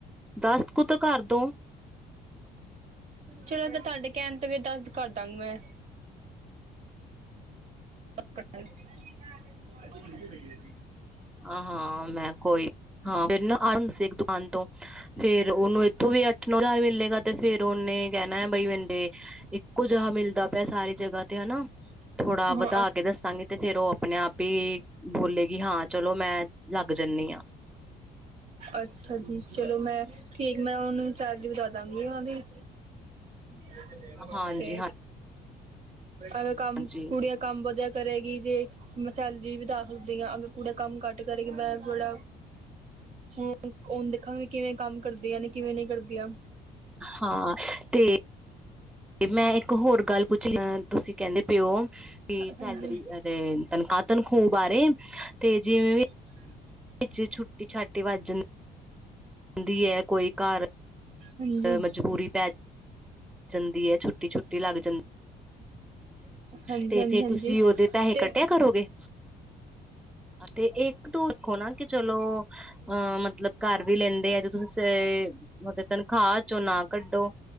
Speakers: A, in the centre; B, on the right (about 45°).
A: ਦਸਤ ਕੁਤ ਘਰ ਦੋ।
B: ਚਲੋ ਤੇ ਤੁਹਾਡੇ ਕਹਿਣ ਤੇ ਫਿਰ ਦੱਸ ਕਰਦਾਂ ਗੀ ਮੈਂ, <unintelligible>
A: ਆਹ ਹਾਂ ਮੈਂ ਕੋਈ ਹਾਂ, ਫਿਰ ਨਾ ਆ ਸੀ ਇੱਕ ਦ ਤੋਂ ਫ਼ੇਰ ਉਹਨੂੰ ਇੱਥੋਂ ਵੀ ਅੱਠ ਨੌ ਹਜ਼ਾਰ ਮਿਲੇਗਾ, ਤੇ ਫੇਰ? ਕਹਿਣਾ ਹੈ, ਬਈ ਵੰਡੇ ਇੱਕੋ ਜਿਹਾ ਮਿਲਦਾ ਪਿਆ ਸਾਰੀ ਜਗ੍ਹਾ ਤੇ ਹਨਾ। ਥੋੜਾ ਵਧਾ
B: ਹਾਂ
A: ਕੇ ਦੱਸਾਂਗੇ, ਤੇ ਫੇਰ ਉਹ ਆਪਣੇ ਆਪ ਹੀ ਬੋਲੇਗੀ ਹਾਂ। ਚਲੋ ਮੈਂ ਲੱਗ ਜਾਂਦੀ ਹਾਂ।
B: ਅੱਛਾ ਜੀ, ਚਲੋ ਮੈਂ ਠੀਕ ਮੈਂ, ਉਹਨੂੰ ਸੈਲਰੀ ਦੀ ਵਦਾ ਦਾਂਗੀ ਉਹ ਦੀ ।
A: ਹਾਂਜੀ
B: ਤੇ, ਅੱਜ, ਕਮ
A: ਹਾਂਜੀ
B: ਕੁੜੀਆਂ ਕੰਮ ਵਧੀਆ ਕਰੇ ਗੀ। ਜੇ ਮੈਂ ਸੈਲਰੀ ਵਦ ਦੇ ਸਕਦੀ ਹਾਂ, ਅਗਰ ਕੁੜੀਆਂ ਕੰਮ ਘੱਟ ਕਰਨਗੀਆਂ। ਹੁਣ ਉਹਨਾਂ ਨੂੰ ਦੇਖਾਂਗੇ। ਕਿਵੇਂ ਕੰਮ ਕਰਦੀਆਂ ਨੇ ਕਿਵੇਂ ਨਹੀਂ ਕਰਦੀਆਂ।
A: ਹਾਂ ਤੇ ਤੇ ਮੈਂ ਇੱਕ ਹੋਰ ਗੱਲ ਪੁੱਛੀ ਤੁਸੀਂ? ਕਹਿੰਦੇ ਪਿਓ ਕੀ
B: ਹਾਂਜੀ
A: ਸੈਲਰੀ ਤਨਖਾਹ ਤਨਖੂਹ ਬਾਰੇ ਤੇ ਜਿਵੇਂ ਵੀ।
B: <inaudible> <inaudible>
A: ਵਿੱਚ ਛੁੱਟੀ -ਛਾਟੀ ਵੱਜ। ਕਦੀ ਹੈ ਕੋਈ ਘਰ
B: ਹਾਂਜੀ
A: ਮਜਬੂਰੀ ਪੈ। ਜਾਂਦੀ ਹੈ ਛੁੱਟੀ ਛੁੱਟੀ ਲੱਗ ਜਾਂਦੀ।
B: ਹਾਂਜੀ
A: ਤੇ
B: ਹਾਂਜੀ
A: ਫਿਰ
B: ਹਾਂਜੀ
A: ਤੁਸੀਂ ਉਹਦੇ ਪੈਹੈ
B: ਤੇ
A: ਕੱਟਿਆ ਕਰੋਗੇ ਤੇ। ਤੂੰ ਕੋਲ ਆ ਕੇ ਚਲੋ ਅਹ ਮਤਲਬ ਘਰ ਵੀ ਲੈਂਦੇ ਆ ਜ ਤੁਸੀਂ ਉਹਦੇ। ਤਨਖਾਹ ਚੋ ਨਾ ਕੱਢੋ